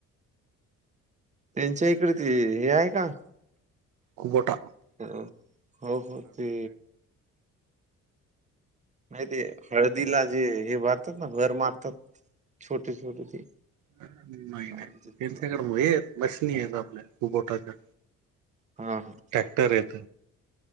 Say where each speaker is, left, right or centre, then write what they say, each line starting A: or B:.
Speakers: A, on the right (about 25°); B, on the right (about 75°).
A: त्यांच्या इकडे ते हे आहे का?
B: खुवटा.
A: अ हो हो ते. नाही ते हळदीला जे हे भारतात ना, भर मारतात छोटे छोटे ते.
B: नाही
A: काय
B: नाही
A: म्हणतात त्याला
B: त्यांच्याकड आहेत, मशनी आहेत आपल्या खूपोठाच्या.
A: हा हा.
B: ट्रॅक्टर येत.